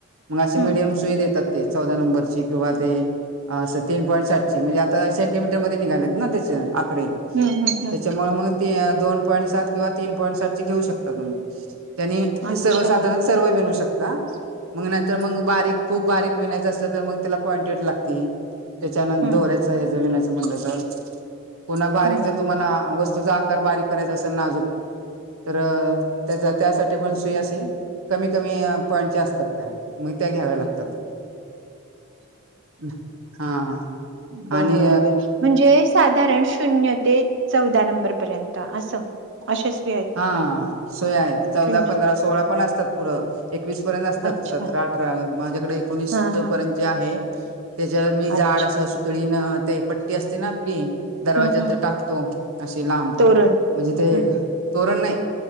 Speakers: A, on the right; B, on the right.
A: मग अशी मिडीयम
B: हम्म
A: सुई देतात ते चौदा नंबरची किंवा ते असं तीन पॉईंट साठची म्हणजे आता सेंटीमीटर मध्ये निघालेत ना त्याच आकडे
B: हम्म हम्म हम्म
A: त्याच्यामुळे मग ते दोन पॉईंट सात किंवा तीन पॉईंट सात चे घेऊ शकता तुम्ही <unintelligible> त्यांनी
B: अच्छा
A: सर्वसाधारण
B: हम्म
A: सर्व विनू शकता मग नाहीतर मग बारीक खूप बारीक विनायचं असलं तर मग त्याला पॉइंटेड लागती त्याच्या <unintelligible>
B: हम्म
A: दोऱ्याचं ह्याचं विणायच <unintelligible> पुन्हा बारीक
B: हम्म हम्म
A: जर तुम्हाला वस्तूचा आकार बारीक करायचा असेल नाजूक तर त्याचा त्यासाठी पण सुई असे कमी कमी पॉईंटच्या असतात त्या मग त्या घ्याव्या लागतात <unintelligible> हा
B: बर
A: आणि
B: बर म्हणजे साधारण शून्य ते चौदा नंबर पर्यंत असं <unintelligible>
A: हा <unintelligible> चौदा
B: शून्य
A: पंधरा सोळा
B: हं,
A: पण असतात पुढं एकवीस पर्यंत असतात
B: अच्छा
A: सतरा अठरा माझ्याकडे एकोणीस
B: हा हा
A: पर्यंतच्या आहे त्याच्यावर मी <unintelligible>
B: अच्छा
A: असं सुतळीनं ते पट्टी असते ना आपली दरवाज्यात
B: हम्म हम्म
A: टाकतो असे लांब
B: तोरण
A: म्हणजे ते
B: हम्म
A: तोरण नाही